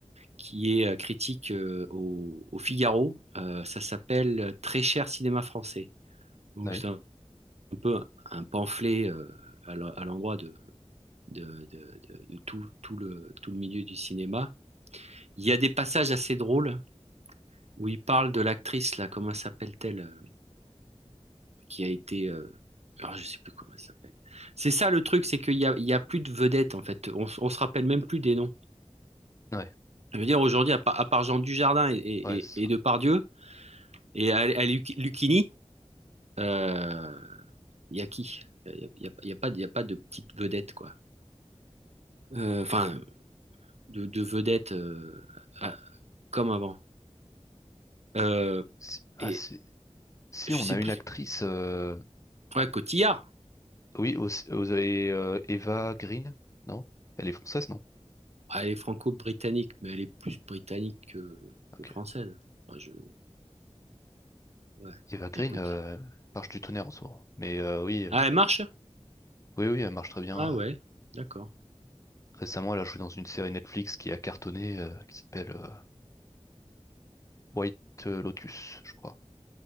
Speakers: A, on the right (about 70°); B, on the left (about 25°).
A: qui est euh, critique euh, au, au Figaro. Euh, ça s'appelle Très cher cinéma français. Donc,
B: oui,
A: c'est un un peu un pamphlet euh, à l'en- à l'endroit de, de, de- de- de tout, tout le, tout le milieu du cinéma. Il y a des passages assez drôles où il parle de l'actrice, là, comment s'appelle-t-elle, euh, qui a été... euh, ah, je sais plus comment elle s'appelle. C'est ça le truc, c'est qu'il y a, il y a plus de vedettes, en fait. On, s- on se rappelle même plus des noms.
B: ouais,
A: Je veux dire, aujourd'hui, à, pa- à part Jean Dujardin et, et,
B: ouais,
A: et-
B: c'est
A: et
B: ça.
A: Depardieu, et à, à Lu- Lucchini, euh, il y a qui? Il n'y a, il y a- il y a pas, de- il y a pas de petite vedette, quoi. Euh, Enfin, de, de vedettes euh, à- comme avant. Euh,
B: Si, ah,
A: et
B: si, si,
A: je
B: on
A: sais
B: a
A: plus,
B: une actrice, euh,
A: ouais, Cotillard,
B: oui, aussi- vous avez euh, Eva Green, non? Elle est française, non?
A: elle est franco-britannique, mais elle est plus britannique que,
B: Ok.
A: que française. Enfin, je, ouais,
B: Eva Green
A: écoute.
B: euh, marche du tonnerre en ce moment. Mais euh, oui, euh,
A: Ah, elle marche?
B: oui, oui, elle marche très bien.
A: Ah ouais, d'accord,
B: Récemment, elle a joué dans une série Netflix qui a cartonné, euh, qui s'appelle euh, White Lotus, je crois,